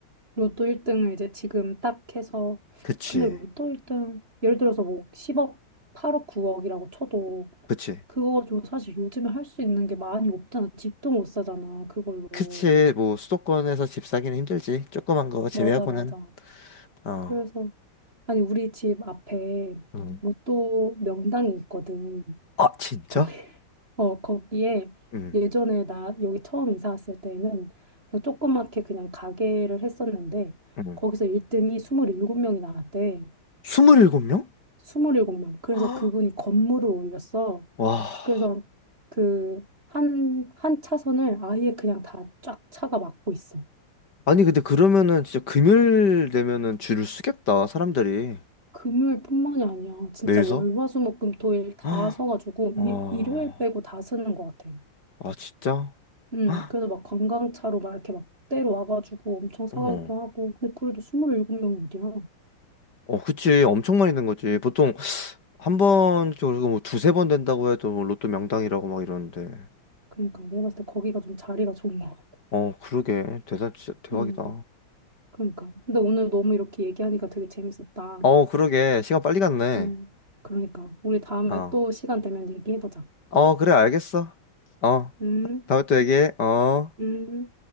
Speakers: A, on the right; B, on the left.
A: 로또 1등을 이제 지금 딱 해서
B: 그치.
A: 근데 로또 1등 예를 들어서 뭐 10억, 8억, 9억이라고 쳐도
B: 그치.
A: 그거 가지고 사실 요즘에 할 수 있는 게 많이 없잖아. 집도 못 사잖아. 그걸로.
B: 그치. 뭐 수도권에서 집 사기는 힘들지. 조그만 거 제외하고는.
A: 맞아, 맞아.
B: 어.
A: 그래서 아니 우리 집 앞에
B: 음.
A: 로또 명당이 있거든.
B: 아, 진짜?
A: 거기, <laughs> 어, 거기에
B: 응.
A: 예전에 나 여기 처음 이사 왔을 때는 그냥 조그맣게 그냥 가게를 했었는데
B: 응.
A: 거기서 1등이 27명이 나왔대.
B: 27명?
A: 27명.
B: <gasps>
A: 그래서 그분이 건물을 올렸어.
B: 와.
A: 그래서 그 한, 한 차선을 아예 그냥 다 쫙 차가 막고 있어.
B: 아니, 근데 그러면은 진짜 금요일 되면은 줄을 쓰겠다, 사람들이.
A: 금요일뿐만이 아니야. 진짜
B: 매일서?
A: 월, 화, 수, 목, 금, 토, 일 다
B: 아,
A: 서가지고
B: 아
A: 일, 일요일 빼고 다 쓰는 것 같아.
B: 진짜?
A: 음,
B: 헉,
A: 그래서 막 관광차로 막 이렇게 막 때려 와가지고 엄청 사가기도
B: 어,
A: 하고. 근데 그래도 스물일곱 명이 어디야?
B: 어, 그치. 엄청 많이 된 거지.
A: 음,
B: 보통 한 번, 그리고 뭐 두세 번 된다고 해도 뭐 로또 명당이라고 막 이러는데.
A: 그러니까 내가 봤을 때 거기가 좀 자리가 좋은 것 같아.
B: 어, 그러게. 대단, 진짜 대박이다.
A: 음, 그러니까. 근데 오늘 너무 이렇게 얘기하니까 되게 재밌었다.
B: 어, 그러게. 시간 빨리 갔네.
A: 음, 그러니까. 우리 다음에
B: 어.
A: 또 시간 되면 얘기해보자.
B: 어, 그래, 알겠어. 어,
A: 음,
B: 다음에 또 얘기해. 어.
A: 음.